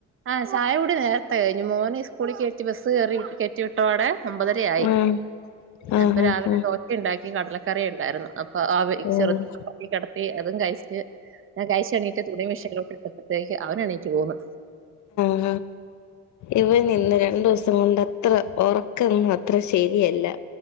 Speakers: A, on the right; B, on the left.
A: ആ ചായ കുടി നേരത്തെ കഴിഞ്ഞു മോനെ സ്കൂളിൽ കയറ്റി ബസ്സ് കറി കയറ്റി വിട്ടപാടെ ഒമ്പതരയായി
B: ഉം ആഹ്
A: അപ്പൊ രാവിലെ
B: ആഹ് ആഹ്
A: ദോശ ഉണ്ടാക്കി കടലക്കറി ഉണ്ടായിരുന്നു അപ്പൊ ആ
B: ഉം
A: ചെറുത് ക കടത്തി അതും കഴിച്ച് ഞാൻ കഴിച്ച എണീട്ട് തുണി മെഷിനിലേയ്ക്ക് ഇട്ടപ്പോഴേക്കും അവനണീറ്റ് പോന്ന്
B: ആ ഇവനി നിന്ന് രണ്ടു ദിവസം കൊണ്ട്ത്ര ഉറക്കൊന്നും അത്ര ശരിയല്ല